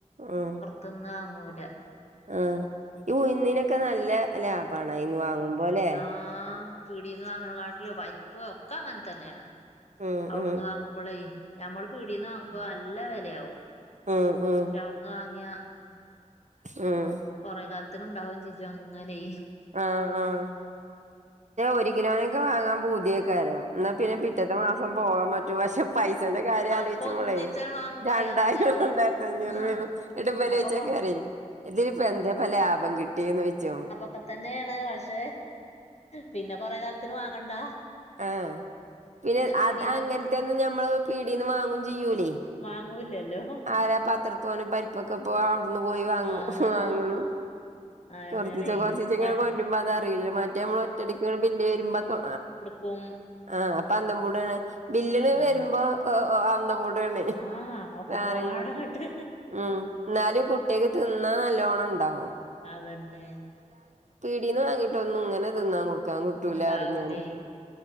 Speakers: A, on the right; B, on the left.
A: ഉമ്
B: തിന്നാങ്ങൂല
A: ആഹ് ഈ ഉയുന്നിനൊക്കെ നല്ല ലാഭണയിന്ന് വാങ്ങുമ്പോലെ
B: ആഹ് പീടീന്ന് വാങ്ങണകാട്ടിലും പരിപ് ഒക്കെ അങ്ങനെ തന്നെയാണ്
A: ഉം
B: അവിടുന്ന്
A: ഉം
B: വാങ്ങുമ്പോളേ ഞമ്മള് പീടീന്ന് വാങ്ങുമ്പോ നല്ല വെലയാവും
A: ഉംഉം
B: പക്ഷെ അവിടുന്ന് വാങ്ങിയ
A: ഉമ്
B: കൊറെ കാലത്തിനണ്ടാവും ചീജും അങ്ങനെ.
A: ആഹ് ആഹ് ഒരു കിലോനൊക്കെ വാങ്ങാൻ പുതിയൊക്കരം. എന്നാ പിന്നെ പിറ്റേത്തെ മാസം പോകാൻ പറ്റും വശം. പൈസന്റെ കാര്യം ആലോചിച്ചു
B: അപ്പൊ ഒന്നിച്ചാണ്
A: ബളേ
B: വാങ്ങുമ്പോളേ
A: രണ്ടായിരം
B: അതന്നെയോ
A: രണ്ടായിരത്തി അഞ്ഞൂറ്
B: ആഹ്
A: വരും. ഇത് ഇമ്പല്
B: അപ്പൊ
A: ചോയ്ച്ച്ക്കരം
B: കൊറ
A: ഇതിലപ്പോ എന്താ പംലഭം കിട്ടിയന്ന് ചോച്ചും.
B: ക്കെ തന്നെയാണ് പക്ഷേ പിന്നെ കൊറെ കാലത്തിന് വാങ്ങണ്ടാ.
A: ആഹ് പിന്നെ
B: പീടീന്നൊക്കെ
A: അത് അങ്ങനത്തെ
B: ഇങ്ങനെ
A: ഒന്നും ഞമ്മൾ പീടിന്ന് വാങ്ങും ചെയ്യൂലേ?
B: വാങ്ങൂലല്ലോ
A: ആരാ പ ആത്രത്തോനെ പരിപ്പൊക്കെ ഇപ്പോ അവിടുന്ന് പോയി വാങ്ങ
B: ആഹ്
A: വാങ്ങ്ണ്.
B: അയന്നെണേ
A: കൊറച്ചിച്ചെ കൊറൊച്ചിച്ചെ ഇങ്ങനെ
B: മറ്റേ
A: കൊണ്ടുവരുമ്പോ അത് അറിയില്ലലോ മറ്റ മറ്റേ നമ്മള് ഒറ്റടിക്ക് പിന്നെ വരുമ്പോ
B: കും.
A: ആഹ് അപ്പൊ അന്തം വിടാണ് ബില്ല്ലവരുമ്പോ
B: ആഹ്
A: അഹ് അഹ് ഓടണേ
B: ആഹ് ഒക്കെപാടങ്ങട്ട്
A: സാധനങ്ങൾ എടുത്തിട്ട് ഉം എന്നാലും കുട്ടികൾക്ക് തിന്നാ നല്ലോണം ഉണ്ടാവും.
B: അതന്നെ.
A: പിടിന് വാങ്ങിട്ട്ന്നും ഇങ്ങനെ തിന്നാൻ കൊടുക്കാൻ കുട്ടൂലാന്ന്
B: ഉണ്ടാവൂലേ
A: പറഞ്ഞ് ഞാന്